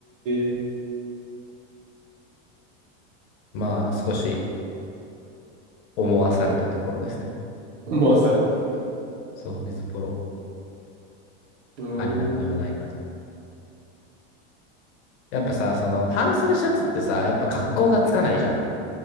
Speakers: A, on the right; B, on the left.
A: え。
B: まあ少し思わされたところですね。
A: 思わされたとこ
B: そう、ビズポロ
A: うーん。
B: ありなのではないかと。やっぱさ、その半袖シャツってさ、やっぱ格好がつかないじゃん。